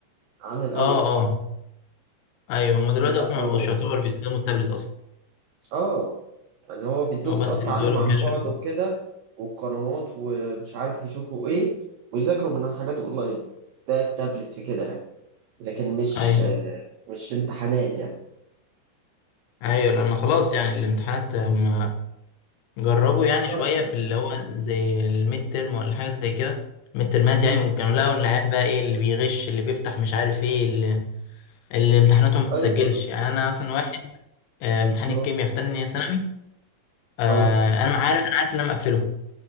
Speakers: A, on the right; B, on the left.
A: عن الاول
B: اه اه ايوه هم دلوقتي
A: يعني بقى
B: اصلا ما
A: و...
B: بقوش يعتبر بيستخدموا التابلت اصلا
A: اه يعني هو بيدوم
B: هو بس
A: اه التعلم
B: بيدوا لهم
A: عن
B: كده
A: بعد
B: شويه
A: وكده والقنوات ومش عارف يشوفوا ايه ويذاكروا من حاجات اونلاين ده التابلت في كده يعني لكن مش
B: ايوه
A: آه، مش امتحانات يعني
B: ايوه لان خلاص يعني الامتحانات هم جربوا يعني
A: اه
B: شوية
A: يعني
B: في اللي هو زي الميد ترم ولا حاجة زي كده ميد ترمات
A: مم.
B: يعني وكانوا لقوا العيال بقى ايه اللي بيغش اللي بيفتح مش عارف ايه اللي, اللي امتحاناته ما بتتسجلش
A: ايوه أيوة.
B: يعني انا مثلا واحد آه، امتحان
A: مم.
B: الكيمياء في تانية ثانوي آه،
A: اه
B: انا عارف انا عارف ان انا مقفله